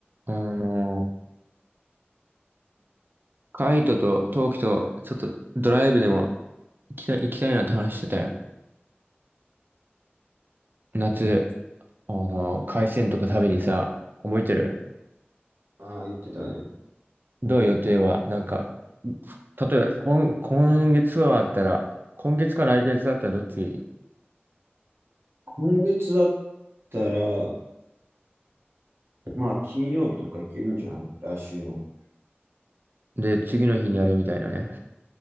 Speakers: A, on the right (about 50°); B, on the right (about 70°).
A: あの、カイトとトウキと、ちょっとドライブでも行きたい、行きたいなって話してたよ。夏、あの、海鮮とか食べにさ、覚えてる
B: ああ、言ってたね。
A: どう予定はなんか、例えば、今、今月はあったら、今月か来月だったらどっち
B: 今月だったら、まあ、金曜日とか行けるんじゃない来週の。
A: で、次の日にあれみたいなね。